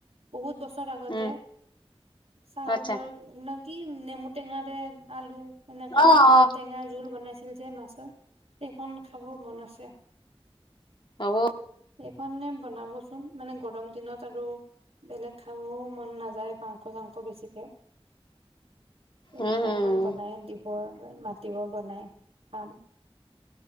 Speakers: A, on the right; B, on the left.
A: বহুত ব আগতে
B: উম
A: চাউলৰ
B: আচ্ছা
A: নে কি নেমু টেঙা দে আলু এনেকে
B: অ অ
A: টেঙা জোল বনাইছিল যে মাছৰ সেইখন খাব মন আছে।
B: হ <unintelligible>
A: এইখনে বনাবচোন মানে গৰম দিনত আৰু বেলেগ খাবও মন নাযায় মাংস চাংস বেছিকৈ তেনেকুৱা
B: উম উম
A: এখন বনাই দিবৰ মাতিব বনাই খাম।